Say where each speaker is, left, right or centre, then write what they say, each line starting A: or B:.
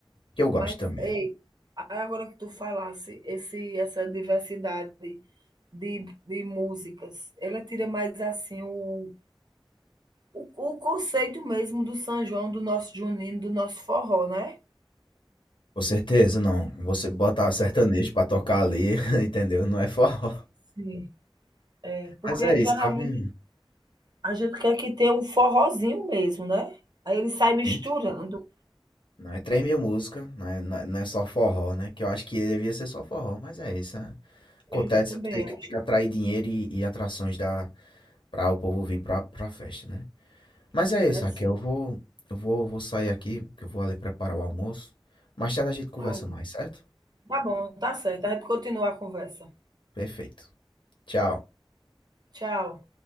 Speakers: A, on the left (about 75°); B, on the right (about 55°).
A: Que eu
B: Mas,
A: gosto também.
B: ei, agora que tu falasse, esse essa diversidade de de músicas, ela tira mais, assim, o o o conceito mesmo do São João, do nosso junino, do nosso forró, né.
A: Com certeza, não. Você botar sertanejo pra tocar ali, <laughs> entendeu? Não é forró.
B: Sim, é, porque
A: Mas é isso,
B: geralmente
A: sabe?
B: A gente quer que tenha um forrozinho mesmo, né. Aí ele sai misturando.
A: Sim, sim. Não é três mil músicas, não é, não é não é só forró, né? Que eu acho que devia ser só forró, mas é isso. né? Acontece,
B: É, eu também
A: tem que,
B: acho.
A: tem que atrair dinheiro e, e atrações da, pra o povo vir pra, pra festa, né? Mas é isso,
B: É
A: Raquel.
B: sim.
A: Eu vou, eu vou, vou sair aqui, que eu vou ali preparar o almoço. Mais tarde a gente conversa
B: Ah,
A: mais, certo?
B: tá bom, tá certo. A gente continua a conversa.
A: Perfeito. Tchau.
B: Tchau.